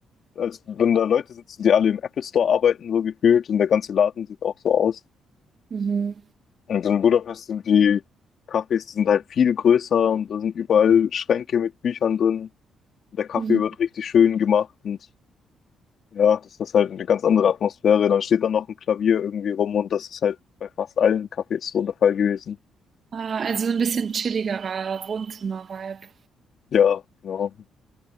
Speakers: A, on the left; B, on the right.
A: als würden da Leute sitzen, die alle im Apple Store arbeiten, so gefühlt, und der ganze Laden sieht auch so aus.
B: Mhm.
A: Und in Budapest sind die Cafés, die sind halt viel größer und da sind überall Schränke mit Büchern drin. Der Kaffee
B: Mhm.
A: wird richtig schön gemacht und ja, das ist halt eine ganz andere Atmosphäre. Dann steht da noch ein Klavier irgendwie rum und das ist halt bei fast allen Cafés so der Fall gewesen.
B: Ah, also so ein bisschen chilligerer Wohnzimmer-Vibe.
A: Ja, genau.